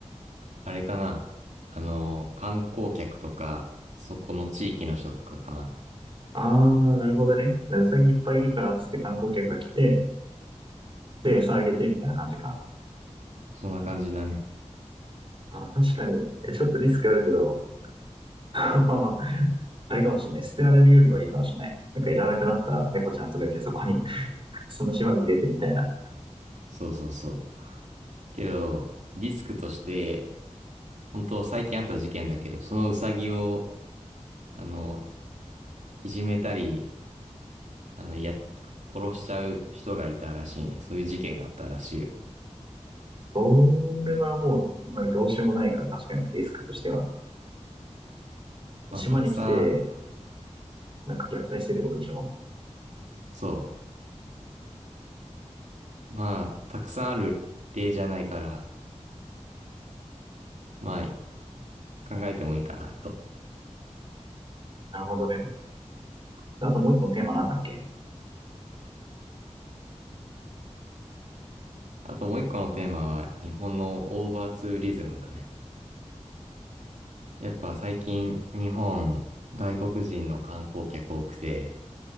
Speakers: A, on the right; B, on the right.
A: あれかなあの、観光客とか、そこの地域の人とかかな
B: ああなるほどね。うさぎいっぱいいるからっつって観光客が来て、で、餌あげてみたいな感じか。
A: そんな感じだね。
B: あー、確かに。え、ちょっとリスクあるけど、<laughs> まあまあ、あれかもしれない。捨てられるよりはいいかもしれない。なんかいらなくなった猫ちゃん集めてそこに、その島に入れてみたいな。
A: そうそうそう。けど、リスクとして、本当最近あった事件だけど、そのウサギを、あの、いじめたり、あの、や殺しちゃう人がいたらしいね。そういう事件があったらしいよ。
B: それはもう、なんかどうしようもないか、確かにリスクとしては。
A: まあ、
B: 島に来て、
A: たくさん、
B: なんか虐待してってことでしょ
A: そう。まあ、たくさんある例じゃないから、まあ、考えてもいいかなと。
B: なるほどね。あともう一個のテーマなんだっけ
A: あともう一個のテーマは、日本のオーバーツーリズムだね。やっぱ最近、日本、外国人の観光客多くて、